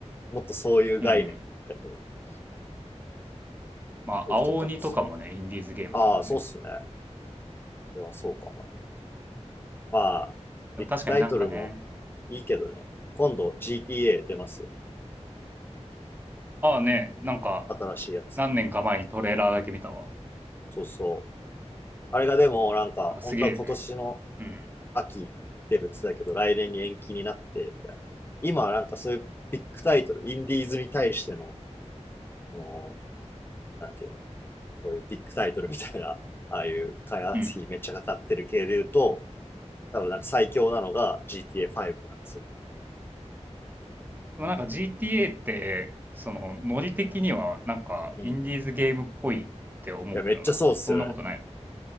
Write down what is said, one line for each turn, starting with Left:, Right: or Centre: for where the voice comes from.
Left: もっとそういう概念だけど、
Right: うん。
Left: そ
Right: まあ、
Left: ういう人たち
Right: 青鬼とかもね、インディーズゲームだもんね。
Left: ああ、そうっすね。それはそうかもまあ、ビッグタイトルも
Right: でも確かになんかね、
Left: いいけどね。今度 GTA 出ますよ。
Right: ああね、なんか、
Left: 新しいやつ。
Right: 何年か前にトレーラーだけ見たわ。
Left: そうそう。あれがでもなんか、
Right: なんかすげえね。
Left: 本当は今年の
Right: うん。
Left: 秋出るって言ってたけど、来年に延期になって、みたいな。今はなんかそういうビッグタイトル、インディーズに対しての、この、なんていうの、こういうビッグタイトルみたいな、ああいう開発費めっちゃかかってる系で言うと、
Right: うん。
Left: 多分なんか最強なのが GTA5 なんですよ。
Right: でもなんか GTA って、その、ノリ的にはなんかインディーズゲームっぽいって思うけどな。
Left: うん。いや、めっちゃそうっすよね。
Right: そんなことないの